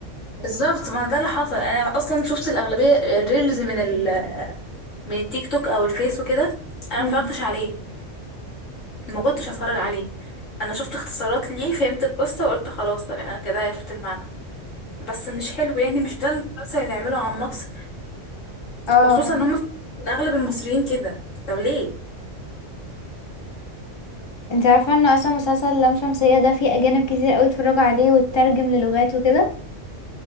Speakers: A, on the left; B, on the left.
A: بالظبط ما ده اللي حصل انا اصلا شفت الاغلبيه ريلز من ال من التيك توك او الفيس وكده انا
B: مم.
A: ما اتفرجتش عليه ما كنتش هتفرج عليه انا شفت اختصارات ليه فهمت القصه وقلت خلاص تمام انا كده عرفت المعنى بس مش حلو يعني مش ده المسلسل اللي يعمله عن مصر
B: اه
A: خصوصا ان هم في- إن اغلب المصريين كده طب ليه
B: انت عارفه ان اصلا مسلسل لام شمسيه ده فيه اجانب كتير قوي اتفرجوا عليه واترجم للغات وكده